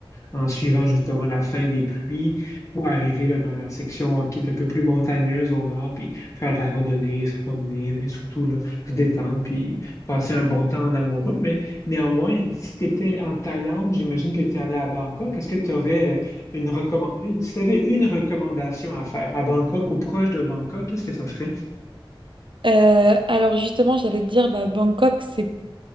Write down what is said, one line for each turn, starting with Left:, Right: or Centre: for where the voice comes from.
Left: en suivant justement la fin des pluies pour arriver là, dans la section qui est un peu plus montagneuse au nord, puis faire de la randonnée, se promener, mais surtout là, se détendre, puis passer un bon temps en amoureux. Mais Néanmoins, si tu étais en Thaïlande, j'imagine que tu es allé à Bangkok. Est-ce que tu aurais euh, une recommandation, une... si tu avais une recommandation à faire à Bangkok ou proche de Bangkok, qu'est-ce que ça serait?
Right: euh, alors justement, j'allais te dire, bah, Bangkok, c'est